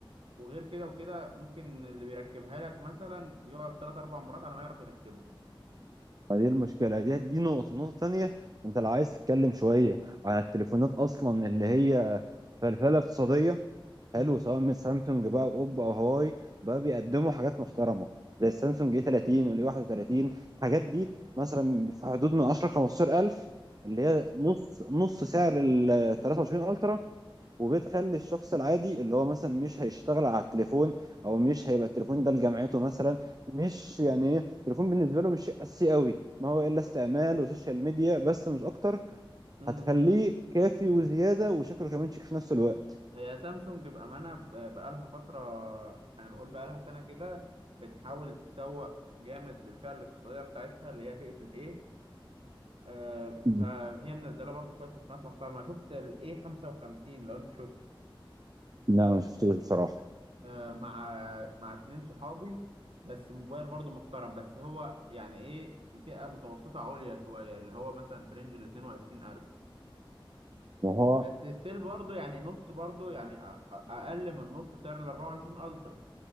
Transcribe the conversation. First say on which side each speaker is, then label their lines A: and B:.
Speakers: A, on the right (about 85°); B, on the right (about 45°).
A: وغير كده وكده ممكن اللي بيركبها لك مثلا يقعد تلات أربع مرات على ما يعرف يركبها
B: ما دي المشكله دي دي نقطه النقطه الثانيه انت لو عايز تتكلم شويه على التليفونات اصلا اللي هي فلفله اقتصاديه
A: امم
B: حلو سواء من سامسونج بقى واوب او هواوي بقى بيقدموا حاجات محترمه زي السامسونج اي 30 والاي 31 الحاجات دي مثلا في حدود من 10 15000 اللي هي نص نص سعر ال 23 الترا وبتخلي الشخص العادي اللي هو مثلا مش هيشتغل على التليفون او مش هيبقى التليفون ده لجامعته مثلا مش يعني ايه التليفون بالنسبه له مش شيء اساسي قوي ما هو الا استعمال وسوشيال ميديا بس مش اكتر
A: اه
B: هتخليه كافي وزياده وشكله كمان شيك في نفس الوقت
A: هي سامسونج بأمانة ب- بقالها فترة أنا بقول بقالها سنة كده بتحاول تسوق جامد للفئة الاقتصادية بتاعتها اللي هي فئة الإيه آه
B: <laughs>
A: فهي منزلة برضو شوية تليفونات محترمة أنا شفت الإيه 55 لو أنت شفت
B: لا ما شفتوش بصراحة
A: آه مع مع اتنين صحابي بس موبايل برضو محترم بس هو يعني إيه فئة متوسطة عليا شوية اللي هو مثلا في رينج ال 22000
B: وهو
A: بس ستيل برضو يعني نص برضو يعني أ- أ- أقل من نص سعر ال 24 ألترا